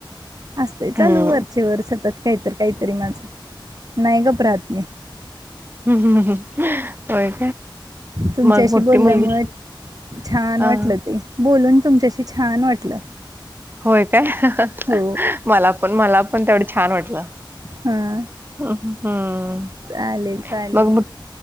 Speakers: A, on the right; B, on the right.
A: असतय
B: हं,
A: चालू वरचे वर सतत काहीतर, काहीतरी माझं नाही गप रहात मी.
B: हम्म, हम्म हो काय.
A: तुमच्याशी
B: मग मोठी
A: बोलल्यामुळे
B: मुलगी
A: छान
B: हां.
A: वाटलं ते. बोलून तुमच्याशी छान वाटलं.
B: होय काय
A: हो
B: मला पण मला पण तेवढं छान वाटलं.
A: हां
B: हम्म, हम्म
A: चालेल चालेल
B: मग बघ